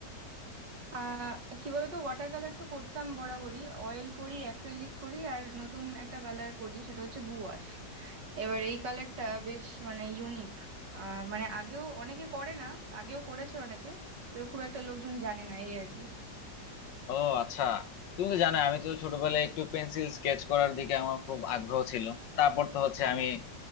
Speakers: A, on the right; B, on the left.
A: আহ কি বলতো ওয়াটার কালার তো করতাম বরাবরই অয়েল করি অ্যাক্রিলিক করি আর নতুন একটা কালার করি সেটা হচ্ছে গুয়াশ এবার এই কালারটা বেশ মানে ইউনিক আহ মানে আগেও অনেকে করে না আগেও করেছে অনেকে তো খুব একটা লোকজন জানে না এই আর কি
B: ও আচ্ছা তুমি তো জানো আমি তো ছোটবেলায় একটু পেন্সিল স্কেচ করার দিকে আমার খুব আগ্রহ ছিল তারপর তো হচ্ছে আমি